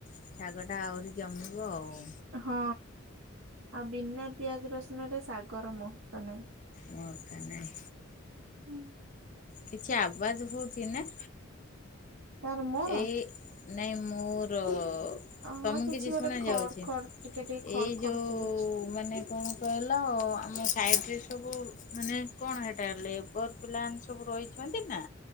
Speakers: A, on the left (about 40°); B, on the right (about 70°).
A: ଶାଗ ଟା ଆହୁରି ଜମିବ ଆଉ।
B: ହଁ ଆଉ ବିନା ପିଆଜ ରସୁଣ ରେ ଶାଗର ମହତ୍ଵ ନାହିଁ।
A: ମୋକ ନାଇ
B: ହୁଁ
A: କିଛି ଆବାଜ ହଉଛି ନା।
B: ତାର ମୋର
A: ଏଇ ନାଇଁ ମୋର ତମକୁ
B: ହଁ
A: କିଛି
B: ଗୋଟେ
A: ଶୁଣା
B: ଖଡ
A: ଯାଉଛି
B: ଖଡ ଟିକେ ଟିକେ ଖଡ
A: ଏଇ
B: ଖଡ
A: ଯୋଉ
B: ଶୁଭୁଛି
A: ମାନେ କଣ କହିଲ ଆମ ସାଇଡ ରେ ସବୁ ମାନେ କଣ ହେଟା ଲେବର୍ ପିଲାମାନେ ସବୁ ରହିଛନ୍ତି ନା